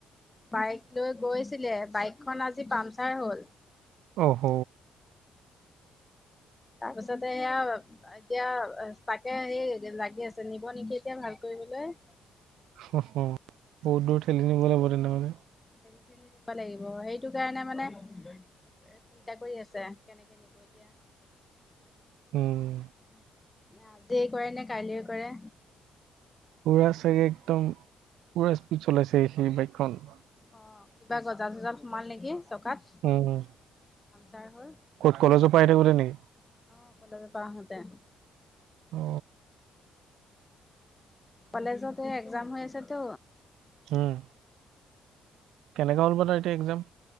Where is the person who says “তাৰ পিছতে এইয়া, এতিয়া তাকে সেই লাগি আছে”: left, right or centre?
Left